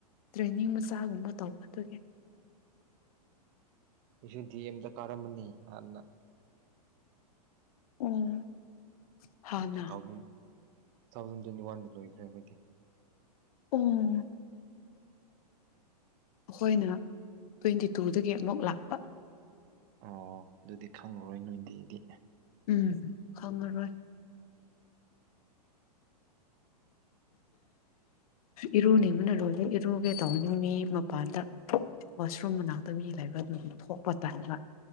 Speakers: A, on the left; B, on the right.
A: ꯇ꯭ꯔꯦꯅꯤꯡ ꯃꯆꯥꯒꯨꯝꯕ ꯇꯧꯕ ꯑꯗꯨꯒꯤ
B: ꯑꯩꯁꯨ ꯗꯤ ꯑꯦꯝꯗ ꯀꯥꯔꯝꯕꯅꯤ ꯍꯥꯟꯅ
A: ꯑꯣ ꯍꯥꯟꯅ
B: two thousand two thousand twenty ꯋꯥꯟꯗ ꯂꯣꯏꯈ꯭ꯔꯦ ꯑꯈꯣꯏꯗꯤ
A: ꯎꯝ ꯑꯈꯣꯏꯅ ꯇ꯭ꯋꯦꯟꯇꯤ ꯇꯨꯗꯒꯤ ꯑꯃꯨꯛ ꯂꯥꯛꯄ
B: ꯑꯣ ꯑꯗꯨꯗꯤ ꯈꯪꯂꯉꯔꯣꯏ ꯅꯣꯏꯗꯨꯗꯤ
A: ꯎꯝ ꯈꯪꯉꯔꯣꯏ
B: <inaudible>
A: ꯏꯔꯨꯅꯤꯡꯕꯅ ꯂꯣꯏꯔꯦ ꯏꯔꯨꯒꯦ ꯇꯧꯕꯅꯤ ꯃꯤ ꯃꯄꯥꯟꯗ ꯋꯥꯁꯔꯨꯝ ꯃꯅꯥꯛꯇ ꯃꯤ ꯂꯩꯕ ꯑꯗꯨꯝꯅꯤ ꯊꯣꯛꯄ ꯇꯥꯟꯕ